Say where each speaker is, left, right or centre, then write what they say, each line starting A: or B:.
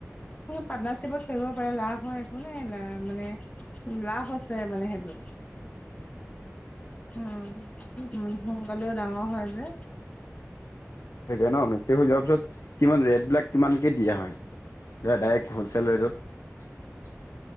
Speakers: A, on the left (about 25°); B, on the left (about 65°).
A: পাৰ্টনাৰশ্বিপত কৰিব পাৰে লাভ হয় একো নাই লাভ মানে লাভ আছে মানে সেইটোত উম সোনকালেও ডাঙৰ হয় যে
B: হৈ যায় ন নিশ্চয় হৈ যোৱাৰ পিছত কিমান ৰেটিবলাক কিমানকে দিয়া হয়। য ডাইৰেক্ট হ'লচেল ৰেটত